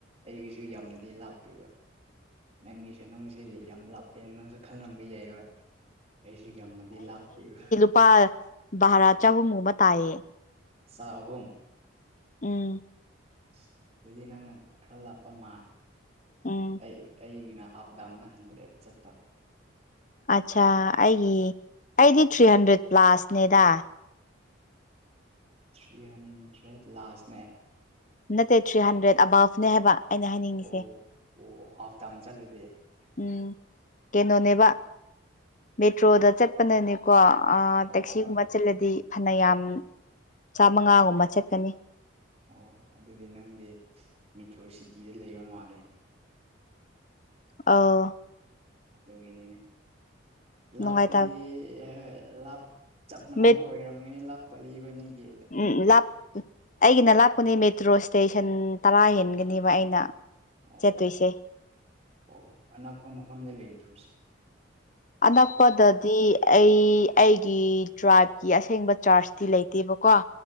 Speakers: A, on the right (about 30°); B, on the left (about 40°).
A: ꯑꯩꯒꯤꯁꯨ ꯌꯥꯝꯅꯗꯤ ꯂꯥꯞꯄꯤꯕ ꯅꯪꯒꯤꯁꯨ ꯅꯪꯁ ꯌꯥꯝ ꯂꯥꯞꯄꯦꯅ ꯅꯪꯁꯨ ꯈꯜꯂꯝꯕ ꯌꯥꯏꯕ ꯑꯩꯁꯨ ꯌꯥꯝꯃꯗꯤ ꯂꯥꯞꯄꯤꯕ
B: ꯄꯥꯏ ꯚꯔꯥ ꯆꯍꯨꯝꯒꯨꯝꯕ ꯇꯥꯏꯌꯦ
A: ꯁꯍꯨꯝ
B: ꯎꯝ
A: ꯑꯁ ꯑꯗꯨꯗꯤ ꯅꯪꯅ ꯈꯔ ꯂꯥꯞꯄ ꯃꯥꯜꯂꯦ
B: ꯎꯝ
A: ꯑꯩ ꯑꯩꯒꯤꯅ ꯗꯥꯎꯅ ꯍꯟꯗ꯭ꯔꯦꯠ ꯆꯠꯄ
B: ꯑꯠꯆꯥ ꯑꯩꯒꯤ ꯑꯩꯗꯤ ꯊ꯭ꯔꯤ ꯍꯟꯗ꯭ꯔꯦꯠ ꯄ꯭ꯂꯥꯁꯅꯦꯗ
A: ꯊ꯭ꯔꯤ ꯍꯟꯗ꯭ꯔꯦꯠ ꯂꯥꯁꯅꯦ
B: ꯅꯠꯇꯦ ꯊ꯭ꯔꯤ ꯍꯟꯗ꯭ꯔꯦꯠ ꯑꯕꯥꯞꯅꯦ ꯍꯥꯏꯕ ꯑꯩꯅ ꯍꯥꯏꯅꯤꯡꯉꯤꯁꯦ
A: ꯑꯣ ꯑꯣ ꯍꯐꯇꯥ ꯍꯁꯅꯤ ꯑꯗꯨꯗꯤ
B: ꯎꯝ ꯀꯩꯅꯣꯅꯦꯕ ꯃꯦꯇ꯭ꯔꯣꯗ ꯆꯠ ꯆꯠꯄꯅꯅꯦꯀꯣ ꯑꯥ
A: ꯑꯣ
B: ꯇꯦꯛꯁꯤꯒꯨꯝꯕ
A: ꯍꯣꯏ
B: ꯆꯠꯂꯗꯤ ꯐꯅꯌꯥꯝ ꯆꯥꯃꯉꯥꯒꯨꯝꯕ ꯆꯠꯀꯅꯤ
A: ꯑꯣ ꯑꯗꯨꯗꯤ ꯅꯪꯗꯤ ꯃꯦꯇ꯭ꯔꯣ ꯁꯤꯇꯤꯗ ꯂꯩꯕ ꯃꯥꯜꯂꯦꯅꯦ
B: ꯑ
A: ꯑꯗꯨꯒꯤꯅꯤꯅꯦ ꯂꯥꯞꯄꯗꯤ
B: ꯅꯨꯡꯉꯥꯏꯇ
A: ꯂꯥꯞ ꯆꯞ ꯃꯥꯟꯅꯕ
B: ꯃꯤꯠ
A: ꯑꯣꯏꯔꯝꯒꯅꯤ ꯂꯞꯄꯗꯤꯕꯅꯤꯒꯤ
B: ꯎꯝ ꯑꯩꯒꯤꯅ ꯂꯥꯞꯀꯅꯤ ꯃꯦꯇ꯭ꯔꯣ ꯏꯁꯇꯦꯁꯟ ꯇꯔꯥ ꯍꯟꯒꯅꯦꯕ ꯑꯩꯅ
A: ꯑꯣ
B: ꯆꯠꯇꯨꯁꯦ
A: ꯑꯣ ꯑꯅꯛꯄ ꯃꯐꯝꯗ ꯂꯩꯗ꯭ꯔꯣꯁꯨꯦ
B: ꯑꯅꯛꯄꯗꯗꯤ ꯑꯩ ꯑꯩꯒꯤ ꯗ꯭ꯔꯥꯏꯕꯀꯤ ꯑꯁꯦꯡꯕ ꯆꯥꯔꯖꯇꯤ ꯂꯩꯇꯦꯕꯀꯣ